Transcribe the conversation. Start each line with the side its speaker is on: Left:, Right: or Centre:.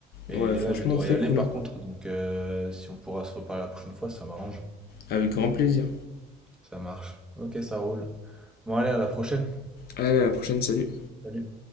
Centre: Et
Left: Ouais, franchement,
Centre: là, je vais
Left: très
Centre: y aller
Left: cool.
Centre: par
Left: hein.
Centre: contre, donc euh, si on pourra se reparler la prochaine fois, ça m'arrange.
Left: Avec grand plaisir.
Centre: Ça marche. Ok, ça roule. Bon, allez, à la prochaine.
Left: Allez, à la prochaine, salut.
Centre: Salut.